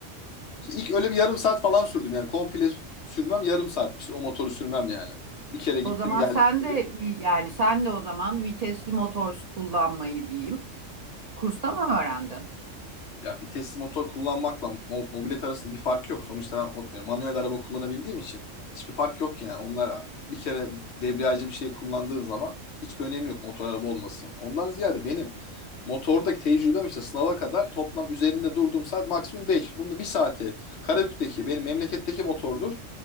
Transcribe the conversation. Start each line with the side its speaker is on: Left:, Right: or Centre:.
Left: İşte ilk öyle bir yarım saat falan sürdüm yani komple sürmem yarım saatmiştir o motoru sürmem yani. Bir kere gittim
Right: O zaman
Left: geldim
Right: sen
Left: şöyle.
Right: de vi- yani sen de o zaman vitesli motor kullanmayı diyeyim. Kursta mı öğrendin?
Left: Ya vitesli motor kullanmakla mo- mobilet arasında bir fark yok. Sonuçta ben o- e, manuel araba kullanabildiğim için hiçbir fark yok yani. Onlar bir kere debriyajcı bir şey kullandığın zaman hiçbir önemi yok motor araba olmasın. Ondan ziyade benim motordaki tecrübem işte sınava kadar toplam üzerinde durduğum saat maksimum 5. Bunda bir saati Karabük'teki benim memleketteki motordur.